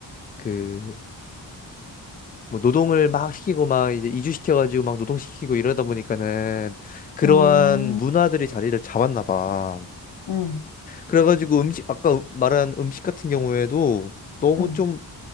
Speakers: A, on the left (about 20°); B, on the left (about 60°).
A: 막그일 뭐 노동을 막 시키고 막 이제 이주시켜가지고 막 노동시키고 이러다 보니까는 그러한
B: 음,
A: 문화들이 자리를 잡았나 봐.
B: 응,
A: 그래가지고 음식 아까 음- 말한 음식 같은 경우에도 너무
B: 응.
A: 좀